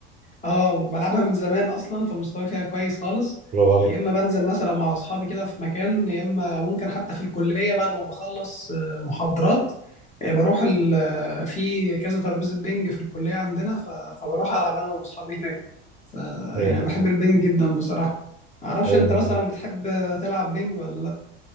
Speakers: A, on the left; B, on the right.
A: اه وبلعبها من زمان اصلا فمستواي فيها كويس خالص
B: برافو عليك
A: يا اما بنزل مثلا مع اصحابي كده في مكان يا اما ممكن حتى في الكليه بعد ما بخلص آه، محاضرات آه، بروح ال... آه، في كذا ترابيزه بينج في الكليه عندنا ف... فبروح العب انا واصحابي هناك ف...
B: ايوه
A: يعني انا
B: بابا
A: بحب البينج جدا بصراحه ما اعرفش
B: ايوه
A: انت
B: بابا
A: مثلا بتحب تلعب بينج ولا لا